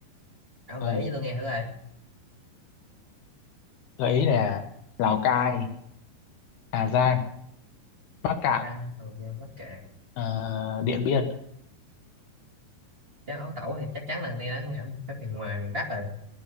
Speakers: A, on the right; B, on the left.
A: ông
B: Ừ.
A: gợi ý cho tôi nghe thử rồi
B: Gợi ý nè. Lào Cai, Hà Giang, Bắc Cạn,
A: đây ok bắt cạn
B: ờ, Điện Biên.
A: cháo ấu tẩu thì chắc chắn là nghe nó các miền ngoài miền Bắc rồi